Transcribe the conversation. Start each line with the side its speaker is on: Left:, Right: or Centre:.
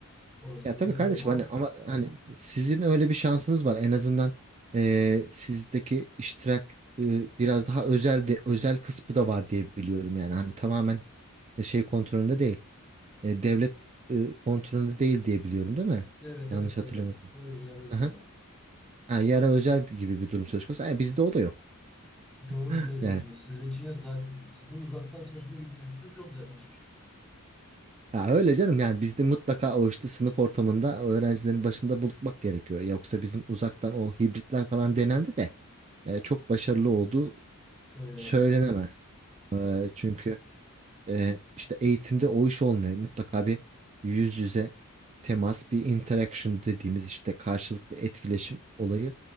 Centre: Orasını
Right: Ya tabii
Centre: bilemiyorum
Right: kardeşim
Centre: ama
Right: hani ama hani sizin öyle bir şansınız var. En azından e, sizdeki iştirak e, biraz daha özel de özel kısmı da var diye biliyorum yani. Hani tamamen e, şey kontrolünde değil. E, devlet e, kontrolünde değil diye biliyorum değil mi?
Centre: evet
Right: Yanlış
Centre: evet
Right: hatırlamıyorsam.
Centre: öyle. Öyle yarın özel
Right: Aha.
Centre: abi.
Right: Ha, yara özel gibi bir durum söz konusu. Ha, bizde o da yok.
Centre: Doğru
Right: <laughs>
Centre: söylüyorsunuz.
Right: Yani
Centre: Sizin işiniz daha kötü. Sizin uzaktan çalışma gibi bir lüksünüz yok zaten hiçbir şekilde.
Right: Ya öyle canım yani bizde mutlaka o işte sınıf ortamında öğrencilerin başında bulutmak gerekiyor. Yoksa bizim uzaktan o hibritler falan denendi de e, çok başarılı olduğu
Centre: Söylenemez.
Right: söylenemez. E,
Centre: Evet.
Right: çünkü e, işte eğitimde o iş olmuyor. Mutlaka bir yüz yüze temas, bir interaction dediğimiz işte karşılıklı etkileşim olayı